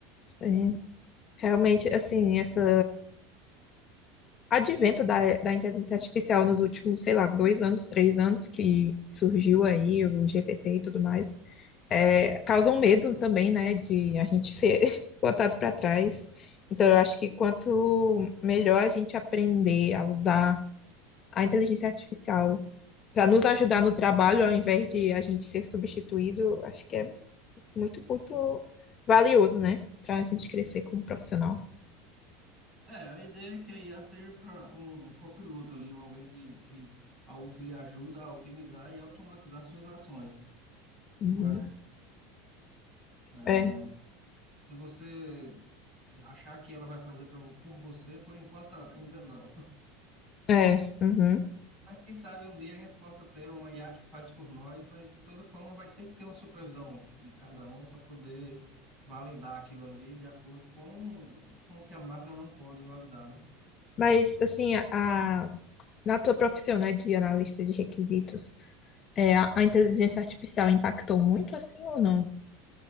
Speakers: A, on the left; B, on the right.
A: sim. Realmente, assim, essa advento da, da inteligência artificial nos últimos, sei lá, dois anos, três anos que surgiu aí o GPT e tudo mais, é, causa um medo também, né, de a gente ser <laughs> botado para trás. Então, eu acho que quanto melhor a gente aprender a usar a inteligência artificial para nos ajudar no trabalho, ao invés de a gente ser substituído, acho que é muito, muito valioso, né, para a gente crescer como profissional.
B: É, a ideia é que a IA seja para um copiloto ali, um alguém que, que algo que lhe ajuda a otimizar e automatizar suas ações.
A: Uhum.
B: Mas ah,
A: É,
B: se você achar que ela vai fazer pra, por você, por enquanto ainda não.
A: é, uhum.
B: Mas quem sabe um dia a gente possa ter uma IA que faz por nós, mas de toda forma vai ter que ter uma supervisão de cada um para poder validar aquilo ali de acordo com, com o que a máquina não pode validar, né?
A: Mas assim, a, a- na tua profissão, né, de analista de requisitos, é, a, a inteligência artificial impactou muito assim ou não?